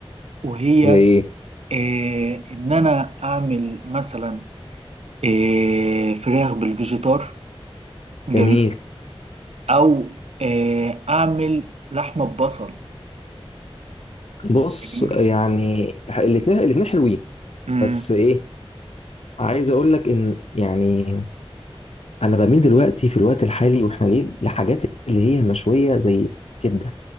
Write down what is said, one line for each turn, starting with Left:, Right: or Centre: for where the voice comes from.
Right: وهي
Left: زي ايه
Right: إيه ان انا اعمل مثلا إيه فراخ بالفيجيتار جميل
Left: جميل
Right: او آه، اعمل لحمه ببصل
Left: بص
Right: جميل
Left: يعني الاثنين الاثنين حلوين
Right: مم.
Left: بس ايه عايز اقول لك ان يعني انا بميل دلوقتي في الوقت الحالي واحنا ليه لحاجات اللي هي مشويه زي كبده